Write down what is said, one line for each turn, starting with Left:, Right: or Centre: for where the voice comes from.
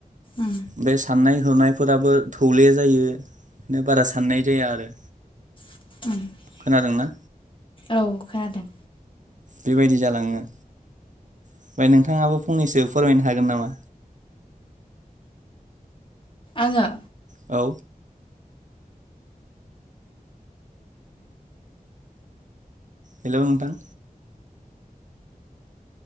Left: उम
Right: बे साननाय होनायफोराबो थौले जायो। नो बारा साननाय जाया आरो
Left: <unintelligible>
Right: खोनादों ना?
Left: औ खोनादों।
Right: बेबायदि जालाङो। ओमफ्राय नोंथाङाबो फंनैसो फोरमायनो हागोन नामा?
Left: आङो।
Right: औ हेलौ नोंथां